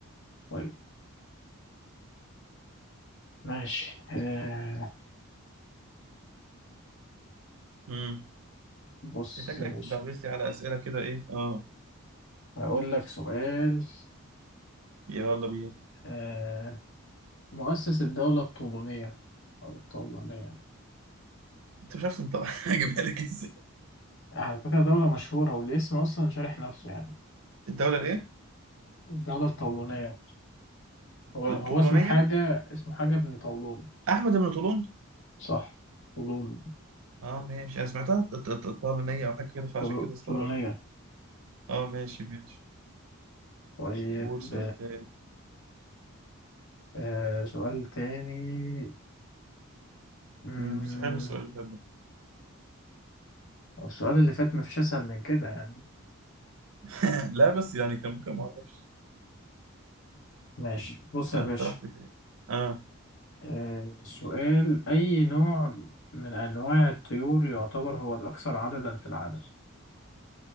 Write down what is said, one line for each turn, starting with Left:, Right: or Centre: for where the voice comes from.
Left: طيب ماشي آه
Right: امم
Left: بص
Right: انت شكلك
Left: يا باشا
Right: بتدعبس لي على اسئله كده ايه اه
Left: هقول لك سؤال
Right: يلا بينا
Left: آه مؤسس الدولة الطولونية أو الطولونية
Right: انت مش عارف تنطق <laughs> هجيبها لك ازاي
Left: على فكرة دولة مشهورة والاسم أصلا شارح نفسه يعني
Right: الدوله الايه
Left: الدولة الطولونية هو, هو
Right: الطولونيه
Left: اسمه حاجة اسمه حاجة ابن طولون
Right: احمد بن طولون
Left: صح طولون
Right: اه ماشي انا سمعتها ط- ط- ط- طالونيه او حاجه كده فعشان
Left: طول-
Right: كده استغربت
Left: طولونية
Right: اه ماشي ماشي
Left: طيب
Right: قول سؤال تاني
Left: آه سؤال تاني مم،
Right: امم بس حلو السؤال اللي فات ده
Left: السؤال اللي فات مفيش أسهل من كده يعني
Right: <laughs> لا بس يعني كان ممكن ما اعرفش
Left: ماشي بص
Right: آه،
Left: يا باشا
Right: انت رحت فين اه
Left: آه، سؤال أي نوع من أنواع الطيور يعتبر هو الأكثر عددا في العالم